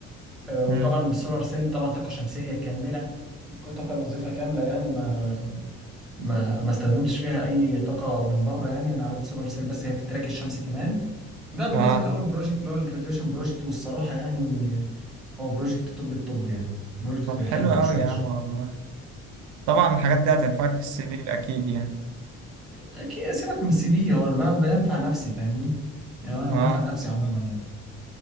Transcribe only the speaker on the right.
مم.
اه
طب
حلو اوي
يا عم والله طبعا الحاجات دي هتنفعك في السي في اكيد يعني
اه